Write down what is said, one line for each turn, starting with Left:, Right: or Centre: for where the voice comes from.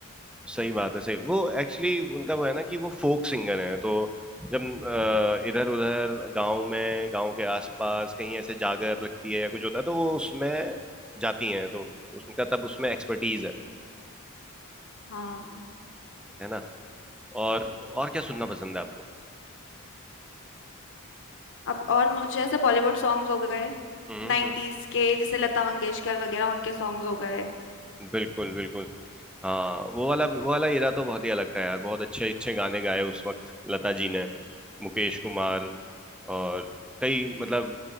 Centre: सही बात है सही वो एक्चुअली उनका वो है ना कि वो फोक सिंगर है तो जब इधर उधर गांव में गांव के आसपास कहीं ऐसे जागर लगती है या कुछ होता है तो वो उसमें जाती हैं तो उनका तब उसमें एक्सपर्टीज है
Left: हाँ
Centre: है ना और और क्या सुनना पसंद है आपको
Left: अब और मुझे ऐसे बॉलीवुड सॉन्ग्स हो गए
Centre: हम्म
Left: नाइन्टीज
Centre: हम्म
Left: के जैसे लता मंगेशकर वगैरह उनके सॉन्ग्स हो गए
Centre: बिल्कुल बिल्कुल हाँ वो वाला वो वाला हीरा तो बहुत ही अलग था यार बहुत अच्छे अच्छे गाने गाए उस वक्त लता जी ने मुकेश कुमार और कई मतलब